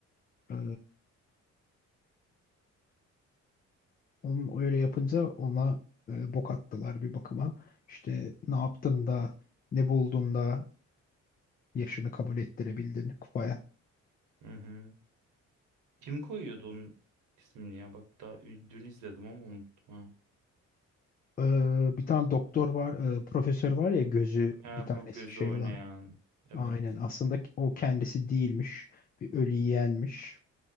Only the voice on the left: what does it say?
Ee, onun öyle yapınca ona e, bok attılar bir bakıma. İşte ne yaptın da ne buldun da yaşını kabul ettirebildin kupaya.
Ee, bir tane doktor var, e, profesör var ya gözü
bir tanesi
şey
olan.
Aynen aslında o kendisi değilmiş. Bir ölü yiyenmiş.